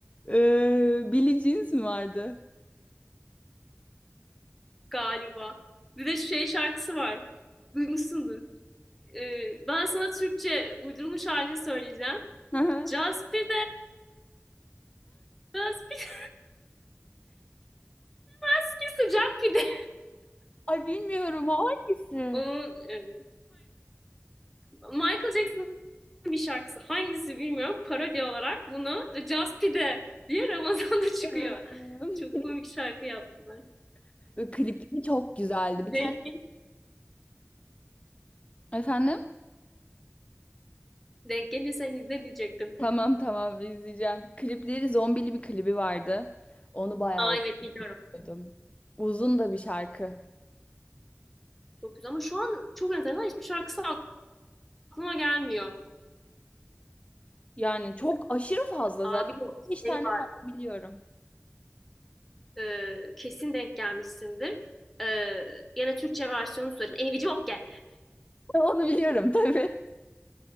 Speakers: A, on the left; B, in the centre.
A: Ee, Billie Jeans mi vardı?
B: Galiba. Bir de şey şarkısı var. Duymuşsundur. Ee, ben sana Türkçe uydurulmuş halini söyleyeceğim.
A: Hı hı.
B: Just pide, just pide. Keski sıcak pide.
A: Ay bilmiyorum o hangisi?
B: <laughs> Onun e, Michael Jackson'ın bir şarkısı hangisi bilmiyorum parodi olarak bunu Just Pide diye Ramazan'da <laughs> çıkıyor.
A: Bilmiyorum.
B: Çok komik şarkı yaptılar.
A: <laughs> Böyle klipleri çok güzeldi.
B: Denk,
A: Bir tane efendim?
B: denk gelirsen izle diyecektim.
A: Tamam tamam izleyeceğim. Klipleri zombili bir klibi vardı. Onu bayağı
B: Aa evet biliyorum.
A: okuyordum. Uzun da bir şarkı.
B: Çok güzel ama şu an çok enteresan hiçbir şarkısı aklıma gelmiyor.
A: Yani çok aşırı fazla
B: Abi
A: zaten.
B: bir de
A: Beş tane
B: şey var.
A: falan biliyorum.
B: e, kesin denk gelmişsindir. E, gene Türkçe versiyonu söyleyeyim. Eni Viciokge.
A: <laughs> Onu biliyorum tabii.